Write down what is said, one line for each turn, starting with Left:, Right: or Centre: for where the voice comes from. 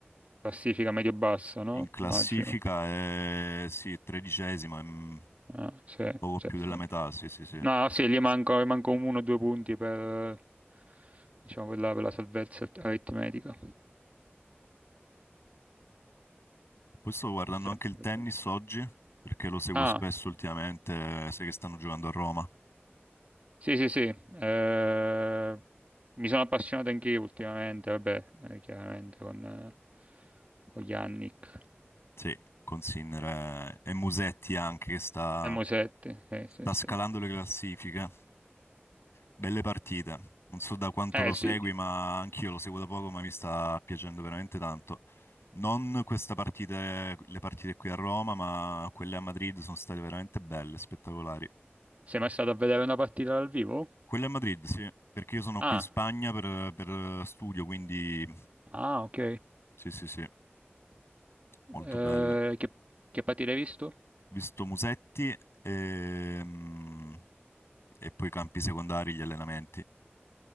Right: classifica medio-bassa, no?
Left: In classifica
Right: Immagino.
Left: è sì, tredicesima, mm,
Right: Ah, sì,
Left: poco
Right: sì,
Left: più
Right: sì.
Left: della metà, sì, sì, sì.
Right: No, sì, gli manco, gli manco uno o due punti per, diciamo, per la, per la salvezza aritmetica.
Left: Poi sto guardando
Right: Sì.
Left: anche il tennis oggi, perché lo seguo
Right: Ah,
Left: spesso ultimamente, eh, sai che stanno giocando a Roma.
Right: Sì, sì, sì, eh, mi sono appassionato anche io ultimamente, vabbè, eh, chiaramente con, eh, con Yannick
Left: Sì, con Sinner eh, e Musetti anche, che sta,
Right: e Mosette, sì,
Left: sta
Right: sì, sì.
Left: scalando le classifiche. Belle partite. Non so da quanto
Right: Eh
Left: lo segui,
Right: sì,
Left: ma anch'io lo seguo da poco, ma mi sta piacendo veramente tanto. Non questa partita, le partite qui a Roma, ma quelle a Madrid sono state veramente belle, spettacolari.
Right: sei mai stato a vedere una partita dal vivo?
Left: Quella è a Madrid, sì, perché io sono qui
Right: Ah,
Left: in Spagna per, per studio, quindi
Right: ah, ok.
Left: sì, sì, sì, molto
Right: Eh,
Left: bella. Ho
Right: che, che partita hai visto?
Left: visto Musetti e, mm, e poi i campi secondari, gli allenamenti,